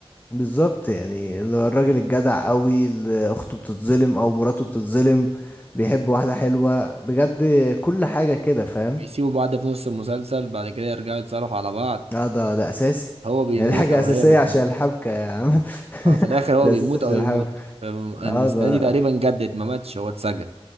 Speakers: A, on the left; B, on the right.
A: بالظبط يعني اللي هو الراجل الجدع قوي اللي اخته بتتظلم او مراته بتتظلم بيحب واحدة حلوة بجد كل حاجة كده فاهم
B: بيسيبوا بعض في نص المسلسل بعد كده يرجعوا يتصالحوا على بعض
A: اه ده ده اساسي
B: هو بيموت
A: يعني دي حاجة
B: او
A: اساسية
B: هي بتموت
A: عشان الحبكة يا عم <laughs>
B: او في الاخر هو
A: ده
B: بيموت
A: اساسي عشان
B: او هي
A: الحبكة
B: بتموت أم- السنه
A: اه ده
B: دي تقريبا جدد ما ماتش هو اتسجن